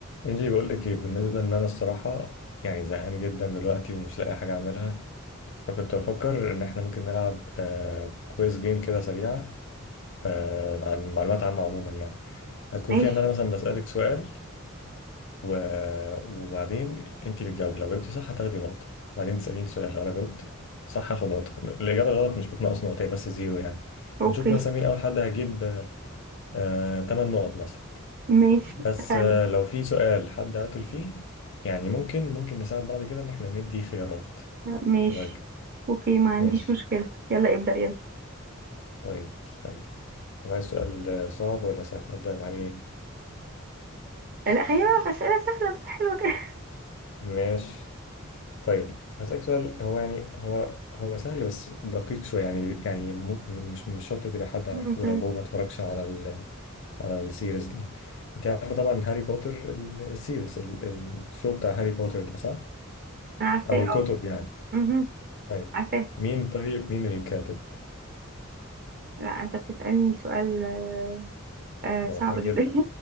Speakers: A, on the left; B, on the right.
A: انجي بقول لك ايه بالنسبه ان انا الصراحه يعني زهقان جدا دلوقتي ومش لاقي حاجه اعملها فكنت بفكر ان احنا ممكن نلعب آه كويز جيم كده سريعه آه عن معلومات عامه عموما يعني هتكون
B: ماشي
A: فيها ان انا مثلا بسالك سؤال و... وبعدين انت بتجاوبي لو جاوبتي صح هتاخدي نقطه بعدين تساليني سؤال لو انا جاوبت صح هاخد نقطه الاجابه الغلط مش بتنقص نقطه هي بس زيرو يعني
B: اوكي
A: ونشوف مثلا مين اول حد هيجيب 8 آه تمن نقط مثلا
B: ماشي
A: بس
B: اتفقنا
A: آه، لو في سؤال حد قتل فيه يعني ممكن ممكن نساعد بعض كده ان احنا ندي خيارات
B: ماشي
A: إيه رايك
B: اوكي ما عنديش
A: ماشي
B: مشكلة يلا ابدأ يلا
A: طيب استني طب عايز سؤال آه، صعب ولا سهل ابدا بحاجه ايه
B: لا خلينا بقى في أسئلة سهلة بس حلوة كده
A: ماشي طيب هسألك سؤال هو يعني هو هو سهل بس دقيق شويه يعني يعني مو- مش مش شرط تبقى حد عارفه
B: أوكي.
A: لو هو ما اتفرجش على ال على السيريز دي انت عارفه طبعا هاري بوتر ال- السيريز ال- ال- الشو بتاع هاري بوتر ده صح
B: انا عارفاه
A: او الكتب
B: اه
A: يعني
B: مهم.
A: طيب
B: عارفاه
A: مين طيب مين الكاتب
B: لا انت بتسألني سؤال آه، آه،
A: ده
B: صعب
A: مشهور
B: جدا
A: جدا